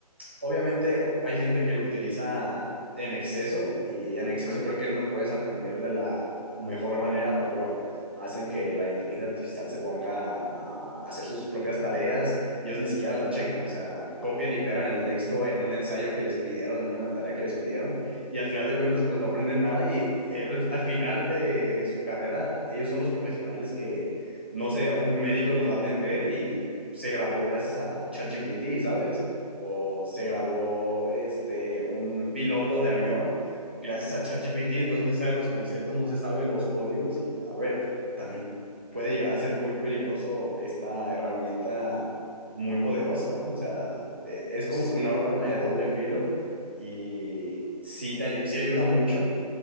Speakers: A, on the right; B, on the left.
A: obviamente hay gente que lo utiliza en exceso y en
B: <laughs> Ujú.
A: exceso creo que no puedes aprender de la mejor manera porque, bueno, hacen que la inteligencia artificial se ponga a hacer sus propias tareas y ellos ni siquiera la checan, o sea, copian y pegan el texto en un ensayo que les pidieron, en una tarea que les pidieron, y al final de cuentas, pues no aprenden nada y el, al final de su carrera, ellos son los profesionales que, no sé, un médico nos va a atender y se graduó gracias a ChatGPT, ¿sabes? o se graduó este, un piloto de avión gracias a ChatGPT, entonces no se sabe los conceptos, no se sabe los códigos y a ver, también puede llegar a ser muy peligroso esta herramienta muy poderosa, ¿no? O sea, e- es como
B: Sí.
A: que una arma de doble filo y sí, te ayu sí ayuda mucho,